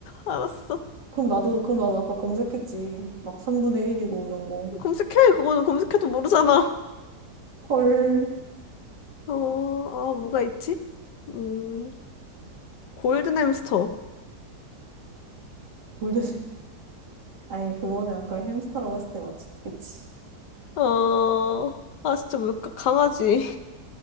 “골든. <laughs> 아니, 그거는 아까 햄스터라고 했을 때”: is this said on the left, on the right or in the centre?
Right